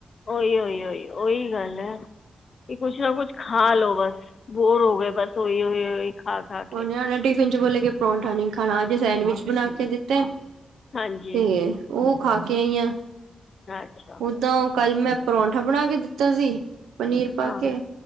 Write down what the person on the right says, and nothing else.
ਉੰਝ ਇਹਨੇ ਟਿਫਿਨ ਚ ਬੋਲੇ ਕੇ ਪਰੌਂਠਾ ਨੀ ਖਾਣਾ, ਅੱਜ ਸੈਂਡਵਿਚ ਬਣਾ ਕੇ ਦਿੱਤੇ।
ਤੇ ਏ, ਓ ਖਾਕੇ ਆਈ ਆਂ।
ਤਾਂ ਓ ਕੱਲ ਮੈਂ ਪਰੌਂਠਾ ਬਣਾ ਕੇ ਦਿੱਤਾ ਸੀ, ਪਨੀਰ ਪਾ
ਕੇ।